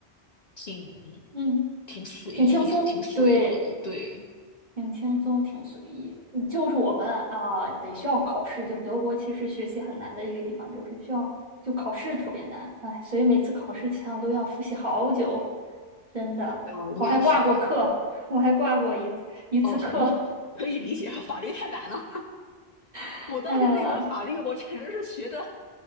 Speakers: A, on the left (about 45°); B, on the right (about 45°).
A: 挺
B: 嗯，
A: 挺随意、
B: 挺轻松，
A: 挺随和的。
B: 对。
A: 对，
B: 挺轻松，挺随意。嗯就是我们啊、得需要考试。就德国其实学习很难的一个地方，就是需要就考试特别难。哎，所以每次考试前我都要复习好久，真的。
A: 啊，我也是的。
B: 我还挂过课，我还挂过一次一次课，
A: 哦，我可以理解，法律太难了。
B: <laughs>
A: 我当时那门法律，
B: 太难了。
A: 我简直是学的，